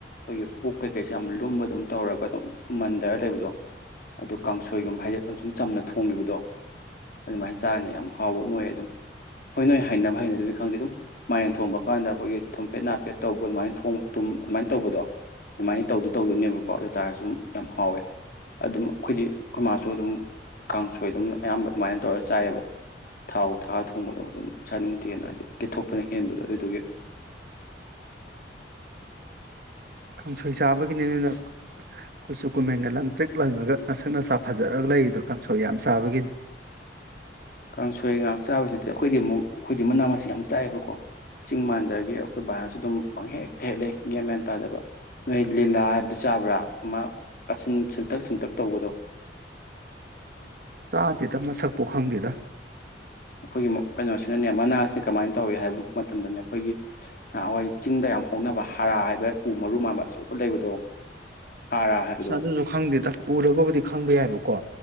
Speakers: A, on the left (about 55°); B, on the right (about 55°).
A: ꯑꯩꯈꯣꯏꯒꯤ ꯄꯨꯛ ꯀꯩꯀꯩꯁꯦ ꯌꯥꯝ ꯂꯨꯝꯕ ꯑꯗꯨꯝ ꯇꯧꯔꯒ ꯑꯗꯨꯝ ꯃꯟꯊꯔ ꯂꯩꯕꯗꯣ ꯑꯗꯨꯝ ꯀꯥꯡꯁꯣꯏꯒꯨꯝꯕ ꯍꯥꯏꯗꯤ ꯁꯨꯝ ꯆꯝꯅ ꯊꯣꯡꯈꯤꯕꯗꯣ ꯑꯗꯨꯃꯥꯏꯅ ꯆꯥꯅ ꯌꯥꯝ ꯍꯥꯎꯕ ꯑꯃ ꯑꯣꯏꯌꯦ ꯑꯗꯨꯝ ꯍꯣꯏ ꯅꯣꯏ ꯍꯩꯅꯕ ꯍꯩꯅ ꯈꯪꯗꯦ ꯑꯗꯨꯝ ꯃꯥꯏꯔꯦꯟ ꯊꯣꯡꯕ ꯀꯥꯟꯗ ꯑꯩꯈꯣꯏꯒꯤ ꯊꯣꯝꯄꯦꯠ ꯅꯥꯄꯦꯠ ꯇꯧꯕ ꯑꯗꯨꯃꯥꯏꯅ ꯇꯨꯝ ꯑꯗꯨꯃꯥꯏꯅ ꯇꯧꯕꯗꯣ ꯑꯗꯨꯃꯥꯏꯅ ꯇꯧꯗꯤ ꯇꯧꯗꯣꯏꯅꯦꯕꯀꯣ ꯑꯗꯨ ꯑꯣꯏꯇꯥꯥꯔꯒꯁꯨ ꯌꯥꯝ ꯍꯥꯎꯋꯦ ꯑꯗꯨꯝ ꯑꯩꯈꯣꯏꯗꯤ ꯑꯩꯈꯣꯏ ꯃꯥꯁꯨ ꯑꯗꯨꯝ ꯀꯥꯡꯁꯣꯏ ꯑꯗꯨꯝ ꯑꯌꯥꯝꯕ ꯑꯗꯨꯃꯥꯏꯅ ꯇꯧꯔꯒ ꯆꯥꯏꯑꯦꯕ ꯊꯥꯎ ꯊꯥꯛ ꯊꯣꯡꯕꯗꯣ ꯑꯗꯨꯝ ꯆꯥꯅꯤꯡꯗꯦꯅ ꯍꯥꯏꯗꯤ ꯀꯦꯠꯊꯣꯛꯄꯅ ꯍꯦꯟꯕꯗꯣ ꯑꯗꯨꯗꯨꯒꯤ
B: ꯀꯥꯡꯁꯣꯏ ꯆꯥꯕꯒꯤꯅꯤꯅꯤꯅ ꯀꯨꯆꯨ ꯀꯨꯃꯦꯟꯒ ꯂꯪ ꯇ꯭ꯔꯤꯛ ꯂꯪꯉꯒ ꯅꯁꯛ ꯅꯁꯥ ꯐꯖꯔꯒ ꯂꯩꯔꯤꯗꯣ ꯀꯥꯡꯁꯣꯏ ꯌꯥꯝ ꯆꯥꯕꯒꯤꯅꯤ
A: ꯀꯥꯡꯁꯣꯏ ꯉꯥꯏꯍꯥꯛ ꯆꯥꯕꯁꯨ ꯅꯠꯇꯦ ꯑꯩꯈꯣꯏꯗꯤ ꯑꯃꯨꯛ ꯑꯩꯈꯣꯏꯗꯤ ꯃꯅꯥ ꯃꯁꯤꯡ ꯌꯥꯝ ꯆꯥꯏꯑꯦꯕꯀꯣ ꯆꯤꯡ ꯃꯥꯟꯗꯒꯤ ꯑꯩꯈꯣꯏ ꯕꯥꯅꯁꯨ ꯑꯗꯨꯝ ꯄꯪꯍꯦꯛꯇ ꯍꯦꯛꯂꯦ ꯒꯌꯥꯟ ꯃꯦꯟ ꯇꯥꯗꯦꯕ ꯅꯣꯏ ꯂꯤꯂꯥ ꯍꯥꯏꯕꯗꯨ ꯆꯥꯕ꯭ꯔꯥ ꯑꯃ ꯑꯁꯤꯟ ꯁꯤꯟꯇꯛ ꯁꯤꯟꯇꯛ ꯇꯧꯕꯗꯣ
B: ꯆꯥꯗꯦꯗ ꯃꯁꯛꯄꯨ ꯈꯪꯗꯦꯗ
A: ꯑꯩ ꯀꯩꯅꯣꯁꯦ ꯁꯤꯅꯦ ꯃꯅꯥꯁꯦ ꯀꯃꯥꯏꯅ ꯇꯧꯋꯤ ꯍꯥꯏꯕ ꯃꯇꯝꯗꯅꯦ ꯑꯩꯈꯣꯏꯒꯤ ꯅꯍꯥꯟꯋꯥꯏ ꯆꯤꯡꯗ ꯌꯥꯝ ꯍꯧꯅꯕ ꯍꯥꯔꯥ ꯍꯥꯏꯕ ꯎ ꯃꯔꯨ ꯃꯥꯟꯕ ꯑꯆꯧꯕ ꯂꯩꯕꯗꯣ ꯍꯥꯔꯥ ꯍꯥꯏꯕꯗꯣ
B: ꯑꯗꯨꯁꯨ ꯈꯪꯗꯦꯗ ꯎꯔꯒꯕꯨꯗꯤ ꯈꯪꯕ ꯌꯥꯏꯕꯀꯣ